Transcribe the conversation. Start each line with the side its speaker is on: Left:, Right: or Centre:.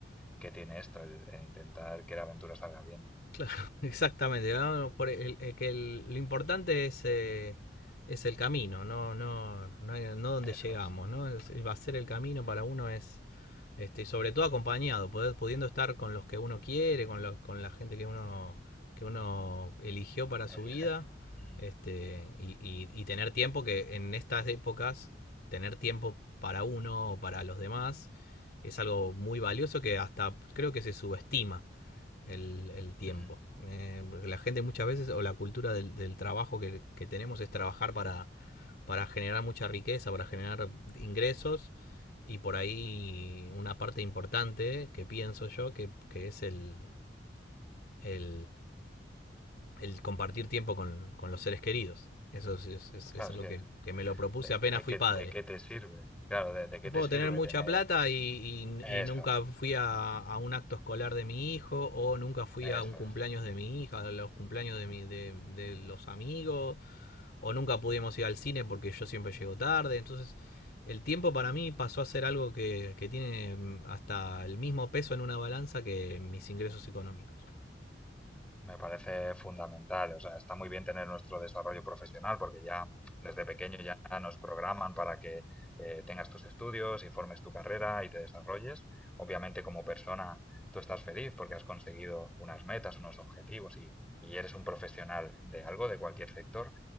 Centre: que tiene esto, el, el intentar que la aventura salga bien.
Left: <laughs> Exactamente. vamos por el- el- que el- lo importante es, eh, es el camino, no, no, no, hay- no donde llegamos,
Centre: Eso es,
Left: ¿no? Es- eh, va a ser el camino para uno es, este, y sobre todo acompañado, poder- pudiendo estar con los que uno quiere, con los, con la gente que uno, que uno eligió para su
Centre: elige.
Left: vida,
Centre: Ujú,
Left: este, y, y- y tener tiempo que en estas épocas, tener tiempo para uno o para los demás es algo muy valioso que hasta creo que se subestima el, el tiempo.
Centre: ujú.
Left: Eh, la gente muchas veces, o la cultura del, del trabajo que, que tenemos es trabajar para, para generar mucha riqueza, para generar ingresos y por ahí una parte importante que pienso yo que, que es el, el, el compartir tiempo con, con los seres queridos. Eso es, es,
Centre: Claro,
Left: es algo
Centre: es que,
Left: que, que me lo propuse
Centre: de,
Left: apenas
Centre: de
Left: fui
Centre: qué,
Left: padre.
Centre: ¿de qué te sirve? Claro, de, de qué
Left: No
Centre: te
Left: Puedo
Centre: sirve
Left: tener mucha
Centre: tener
Left: plata y,
Centre: eso?
Left: y- y nunca fui a, a un acto escolar de mi hijo o nunca fui
Centre: Eso
Left: a un cumpleaños
Centre: es.
Left: de mi hija, a los cumpleaños de, mi, de, de los amigos o nunca pudimos ir al cine porque yo siempre llego tarde. Entonces el tiempo para mí pasó a ser algo que, que tiene mm, hasta el mismo peso en una balanza que mis ingresos económicos.
Centre: Me parece fundamental. O sea, está muy bien tener nuestro desarrollo profesional porque ya desde pequeño ya nos programan para que eh, tengas tus estudios y formes tu carrera y te desarrolles. Obviamente como persona tú estás feliz porque has conseguido unas metas, unos objetivos y, y eres un profesional de algo, de cualquier sector.